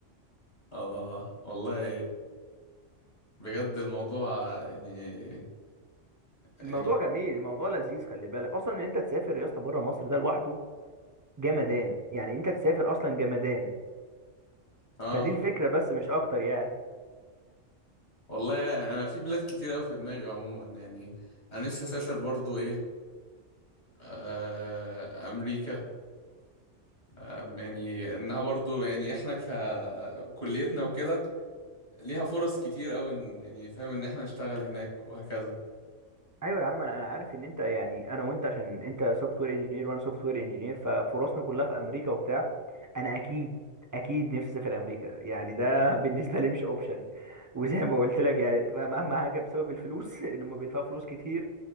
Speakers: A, on the left (about 35°); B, on the right (about 25°).
A: اه والله بجد الموضوع يعني
B: الموضوع
A: يعني
B: جميل الموضوع لذيذ خلي بالك اصلا ان انت تسافر يا اسطى بره مصر ده لوحده جمدان يعني انت تسافر اصلا جمدان
A: اه
B: فدي الفكره بس مش اكتر يعني
A: والله يعني انا في بلاد كتير قوي في دماغي عموما يعني انا لسه اسافر برضو ايه آه امريكا آه يعني انها برضو يعني احنا ككليتنا وكده ليها فرص كتير قوي إن- يعني فاهم ان احنا نشتغل هناك وهكذا
B: ايوه يا عم انا أنا عارف ان انت يعني انا وانت عشان انت سوفت وير انجينير وانا سوفت وير انجينير ففرصنا كلها في امريكا وبتاع انا اكيد اكيد نفسي اسافر امريكا يعني ده <laughs> بالنسبه لي مش اوبشن وزي ما قلت لك يعني أنت فاهم اهم حاجه بسبب الفلوس <laughs> ان هم بيدفعوا فلوس كتير